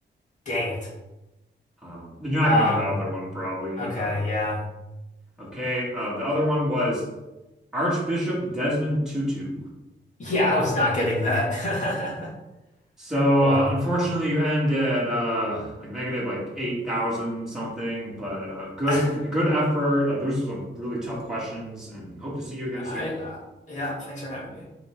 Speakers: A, on the left; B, in the centre.
A: Dang it.
B: Um, you're not
A: Um,
B: going to get the other one probably.
A: okay,
B: Uh,
A: yeah.
B: okay, uh, the other one was Archbishop Desmond Tutu.
A: Yeah, I was not getting that. <laughs>
B: So
A: Well,
B: uh, unfortunately, you end at uh, like negative like eight thousand something, but uh, good
A: <laughs>
B: good effort. Uh, those are some really tough questions, and hope to see you again
A: I
B: soon.
A: uh, yeah, thanks for having me.